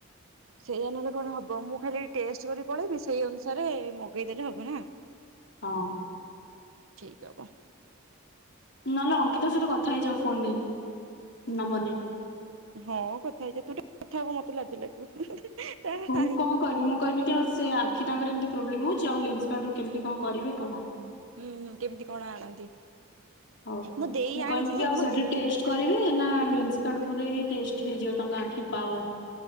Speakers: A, on the right; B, on the left.
A: ସେଇଆ ନହେଲେ କଣ ହବ ମୁଁ ଖାଲି ଟେଷ୍ଟ କରି ପଳେଇବି ସେଇ ଅନୁସାରେ ମଗେଇଦେଲେ ହବ ନା।
B: ହଁ।
A: ଠିକ୍ ହବ।
B: ନଏଲେ ଅଙ୍କିତା ସହିତ କଥା ହେଇଯାଓ ଫୋନ ନେଇକି,
A: ଉଁ
B: ନମ୍ବର ନେଇି।
A: ହଁ କଥା ହେଇଯିବା ତୁ ଟିକେ କଥା ହବୁ ମତେ ଲାଜ ଲାଗିବ। ତା
B: ହଉ
A: ହାଇ
B: ମୁଁ କଁ କଇବି ମୁଁ କହିବି କି ଆଉ ସେ ଆଖି ତାଙ୍କର ଏମିତି ପ୍ରୋବ୍ଲେମ ହଉଚି ଆଉ ଲେନ୍ସ କାଡ୍ ରୁ କେମତି କଁ କରିବେ କହ?
A: ହୁଁ ହୁଁ କେମିତି କଣ ଆଣନ୍ତି
B: ହଉ।
A: ମୋ ଦେଇ
B: ମୁଁ କହିବି
A: ଆଣିଛି
B: କି
A: ଯେ
B: ଆଉ ସେଠି
A: ମୋ ଦେ
B: ଟେଷ୍ଟ କରିବେ ନା ଲେନ୍ସ କାଡ୍ କୁ ଯାଇ ଟେଷ୍ଟ୍ ହେଇଯିବ ତାଙ୍କ ଆଖି ପାୱାର।